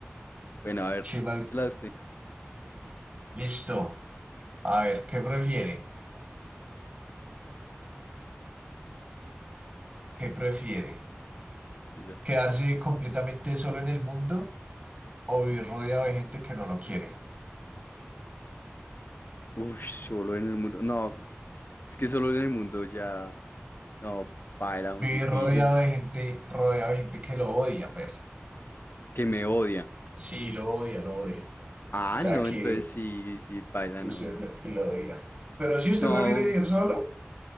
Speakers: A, on the left; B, on the right.
A: Bueno, a ver,
B: Chival,
A: échala usted.
B: listo. A ver, ¿qué prefiere? ¿Qué prefiere?
A: Sí, ya.
B: ¿Quedarse completamente solo en el mundo o vivir rodeado de gente que no lo quiere?
A: Uy, solo en el mundo. No, es que solo en el mundo ya. No, paila, muy
B: Vivir
A: difícil.
B: rodeado de gente, rodeado de gente que lo odia, Fer.
A: Que me odia.
B: Sí, lo odia, lo odia. O
A: Ah,
B: sea,
A: no,
B: que
A: entonces sí, sí, paila,
B: que
A: no.
B: usted lo, que lo diga. Pero si usted
A: No,
B: prefiere ir solo,